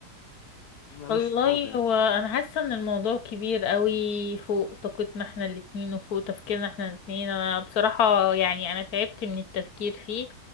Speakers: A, on the left; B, on the left.
A: هي مالهاش
B: والله
A: علاقه يعني
B: هو انا حاسه ان الموضوع كبير قوي فوق طاقتنا احنا الاتنين وفوق تفكيرنا احنا الاتنين انا بصراحه يعني انا تعبت من التفكير فيه